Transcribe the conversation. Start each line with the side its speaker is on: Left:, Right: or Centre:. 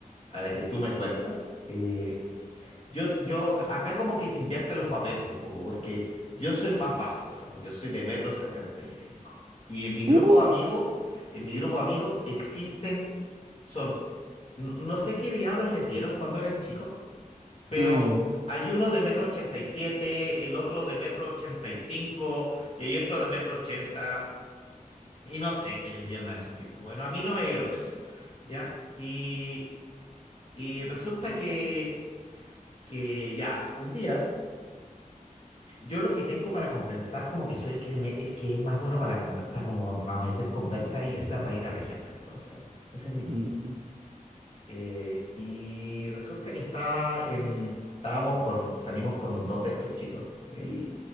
Left: a la que tú me cuentas. Eh, yo, s- yo, acá como que se invierten los papeles un poco, porque yo soy más bajo, digamos, yo soy de metro sesenta Y cinco y en mi grupo
Right: Uh.
Left: de amigos, en mi grupo de amigos existen, son, no, no sé qué diablos les dieron cuando eran chicos, pero
Right: Mm,
Left: hay uno de metro ochenta y siete el otro de metro 85 y cinco y hay otro de metro ochenta y no sé qué les dieron a esos tipos. Bueno, a mí no me dieron de eso, ¿ya? Y, y resulta que, que ya, un día, yo lo que tengo para compensar como que soy el que, me- el que es más bueno para, conver- para, como, para meter conversa y hacer reír a la gente. Entonces, ese es mi truco.
Right: mm,
Left: Eh, y resulta que estaba en, estábamos con, salimos con dos de estos chicos. Y